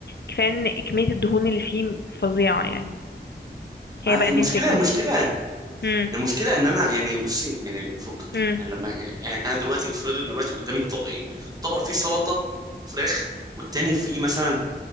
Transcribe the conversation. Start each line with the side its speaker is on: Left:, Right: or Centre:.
Left: كفاية ان كمية الدهون اللي فيه فظيعة يعني هي
Right: ما-
Left: بقى
Right: المشكله
Left: دي الفكرة
Right: المشكله
Left: امم
Right: المشكله ان انا يعني بصي يعني فوق
Left: امم
Right: يعني لما يعني انا دلوقتي افرضي دلوقتي قدامك طبقين طبق فيه سلطه فراخ والتاني فيه مثلا